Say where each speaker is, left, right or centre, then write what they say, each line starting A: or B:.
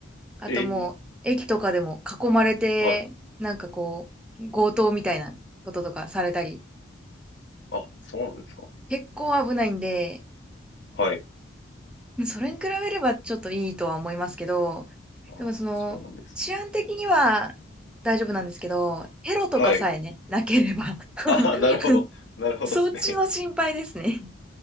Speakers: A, in the centre; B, on the left.
A: あともう、
B: ええ、
A: 駅とかでも囲まれて、
B: はい。
A: なんかこう、強盗みたいなこととかされたり、
B: あ、そうなんですか
A: 結構危ないんで、
B: はい。
A: うん、それに比べればちょっといいとは思いますけど、
B: ああ、
A: でもその、
B: そうなんですね。
A: 治安的には大丈夫なんですけど、テロとかさえね、
B: はい。
A: なければ。<laughs>
B: ああ、なるほど。なるほどですね。
A: そっちの心配ですね。